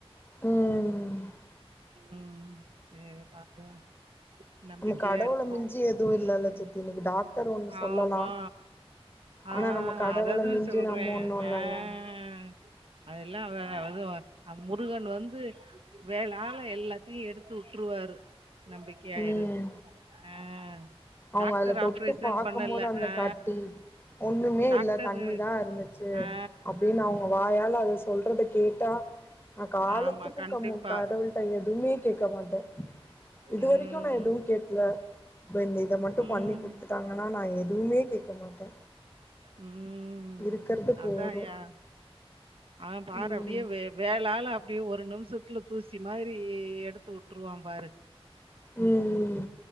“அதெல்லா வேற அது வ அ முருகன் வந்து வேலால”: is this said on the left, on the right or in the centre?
Right